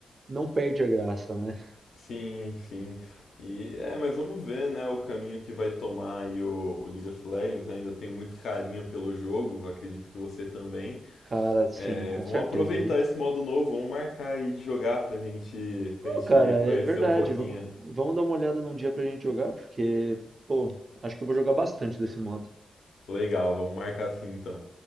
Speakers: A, on the right; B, on the left.
A: Não perde a graça, né?
B: sim, sim. E é, mas vamos ver, né, o caminho que vai tomar aí o, o League of Legends. né? Ainda tenho muito carinho pelo jogo, acredito que você também.
A: Cara, sim,
B: É,
A: com
B: vamos
A: certeza
B: aproveitar
A: aí.
B: esse modo novo, vamos marcar aí de jogar pra gente, pra
A: Ô,
B: gente
A: cara, é
B: conhecer
A: verdade.
B: um pouquinho.
A: v- Vamos dar uma olhada num dia pra gente jogar, porque, pô, acho que eu vou jogar bastante desse modo.
B: Legal, vamos marcar assim então.